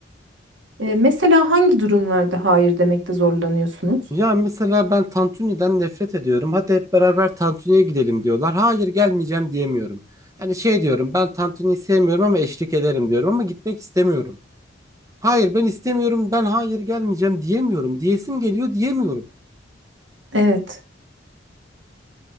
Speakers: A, on the right (about 80°); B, on the right (about 15°).
A: E, mesela hangi durumlarda hayır demekte zorlanıyorsunuz?
B: Ya mesela ben Tantuni'den nefret ediyorum. Hadi hep beraber Tantuni'ye gidelim diyorlar. Hayır gelmeyeceğim diyemiyorum. Hani şey diyorum ben Tantuni'yi sevmiyorum ama eşlik ederim diyorum ama gitmek istemiyorum. Hayır ben istemiyorum ben hayır gelmeyeceğim diyemiyorum. Diyesim geliyor diyemiyorum.
A: Evet.